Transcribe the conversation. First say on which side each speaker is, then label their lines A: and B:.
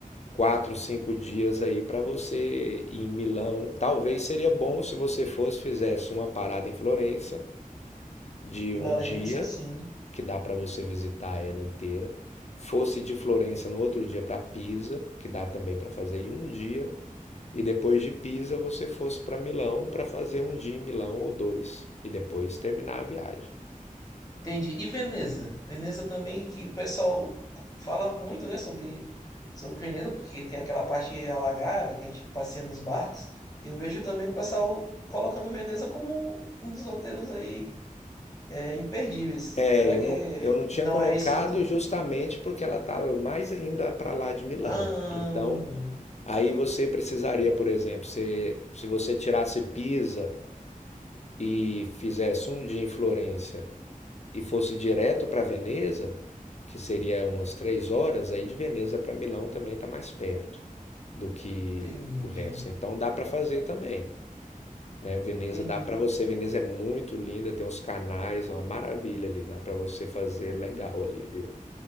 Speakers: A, on the left (about 50°); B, on the left (about 25°).
A: quatro, cinco dias aí para você ir em Milão. Talvez seria bom se você fosse, fizesse uma parada em Florença de
B: Florença,
A: um dia
B: sim.
A: que dá para você visitar ela inteira. Fosse de Florença no outro dia para Pisa, que dá também para fazer em um dia. E depois de Pisa, você fosse para Milão para fazer um dia em Milão ou dois. E depois terminar a viagem.
B: Entendi. E Veneza? Veneza também, que o pessoal fala muito, né, sobre, sobre Veneza, porque tem aquela parte alagada que a gente passeia nos barcos. E eu vejo também o pessoal colocando Veneza como um um dos roteiros aí é, imperdíveis.
A: É,
B: Será
A: eu
B: que
A: não, eu não tinha
B: não
A: colocado
B: é isso tudo?
A: justamente porque ela está mais ainda para lá de Milão.
B: Ah,
A: Então,
B: não.
A: aí você precisaria, por exemplo, se, se você tirasse Pisa e fizesse um dia em Florença e fosse direto para Veneza, que seria umas três horas, aí de Veneza para Milão também está mais perto do que
B: Entendi.
A: o resto. Então dá para fazer também, né? Veneza
B: Entendi.
A: dá para você. Veneza é muito linda, tem uns canais, uma maravilha ali. Dá para você fazer legal ali, viu?